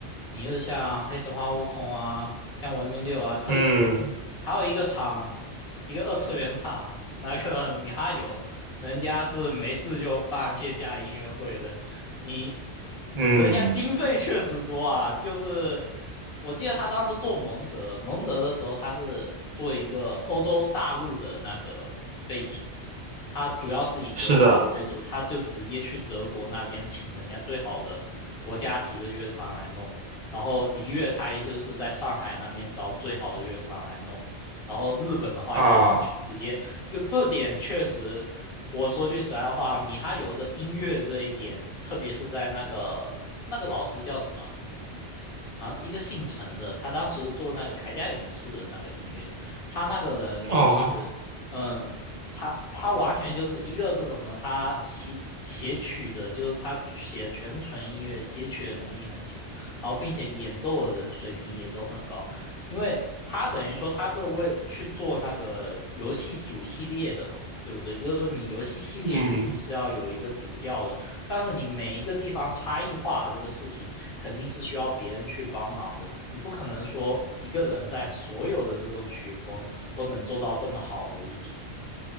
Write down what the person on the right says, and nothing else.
嗯
嗯，
是的
啊
哦
嗯。